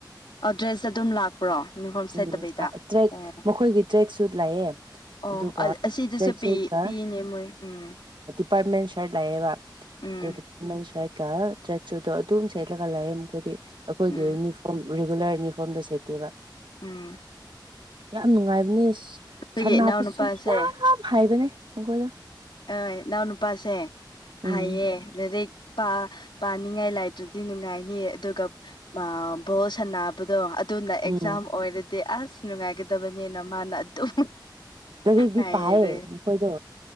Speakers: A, on the left; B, on the right.
A: ꯑꯗ꯭ꯔꯦꯁ ꯑꯗꯨꯝ ꯂꯥꯛꯄ꯭ꯔꯣ ꯌꯨꯅꯤꯐꯣꯔꯝ ꯁꯦꯠꯇꯕꯤꯩꯗ
B: ꯎꯝ ꯇ꯭ꯔꯦꯛ
A: ꯑꯣ
B: ꯃꯈꯣꯏꯒꯤ ꯇ꯭ꯔꯦꯛ ꯁꯨꯠ ꯂꯥꯛꯑꯦ
A: ꯑꯣ
B: ꯑꯗꯨꯒ
A: ꯑꯁꯤꯗꯨꯁꯨ
B: ꯇ꯭ꯔꯦꯛ
A: ꯄꯤ
B: ꯁꯨꯠꯀ
A: ꯄꯤꯅꯦ ꯃꯣꯏ ꯎꯝ
B: ꯗꯤꯄꯥꯔꯠꯃꯦꯟ ꯁꯔꯠ ꯂꯥꯛꯑꯦꯕ
A: ꯎꯝ
B: ꯑꯗꯣ ꯗꯤꯄꯥꯔꯠꯃꯦꯟ ꯁꯔꯠ ꯇ꯭ꯔꯦꯛ ꯁꯨꯗꯣ ꯑꯗꯨꯝ ꯁꯦꯠꯂꯒ ꯂꯥꯛꯑꯦ ꯃꯈꯣꯏꯗꯤ ꯑꯩꯈꯣꯏꯒꯤ
A: ꯎꯝ
B: ꯌꯨꯅꯤꯐꯣꯔꯝ ꯔꯤꯒꯨꯂꯔ ꯌꯨꯅꯤꯐꯣꯔꯝꯗꯣ ꯁꯦꯠꯇꯦꯕ
A: ꯎꯝ
B: ꯌꯥꯝ ꯅꯨꯡꯉꯥꯏꯕꯅꯦ
A: ꯑꯩꯈꯣꯏꯒꯤ
B: ꯁꯟ
A: ꯏꯅꯥꯎꯅꯨꯄꯥꯁꯦ
B: ꯍꯥꯄꯁꯨ ꯌꯥꯝ ꯍꯥꯏꯕꯅꯦ ꯃꯈꯈꯣꯏꯗ
A: ꯑꯩ ꯏꯅꯥꯎ ꯅꯨꯄꯥꯁꯦ
B: ꯎꯝ
A: ꯍꯥꯏꯌꯦ ꯂꯔꯤꯛ ꯄꯥꯅꯤꯡꯉꯥꯏ ꯂꯥꯏꯇ꯭ꯔꯗꯤ ꯅꯨꯡꯉꯥꯏꯅꯤ ꯑꯗꯨꯒ ꯚꯣꯁ ꯁꯕꯗꯣ ꯑꯗꯨꯅ ꯑꯦꯛꯖꯥꯝ
B: ꯎꯝ
A: ꯑꯣꯏꯔꯗꯤ ꯑꯁ ꯅꯨꯡꯉꯥꯏꯒꯗꯕꯅꯤꯅ ꯃꯥꯅ ꯑꯗꯨꯝ
B: ꯍꯧꯖꯤꯛꯇ
A: ꯍꯥꯏꯔꯦ
B: ꯄꯥꯏꯌꯦ ꯃꯈꯣꯏꯗꯣ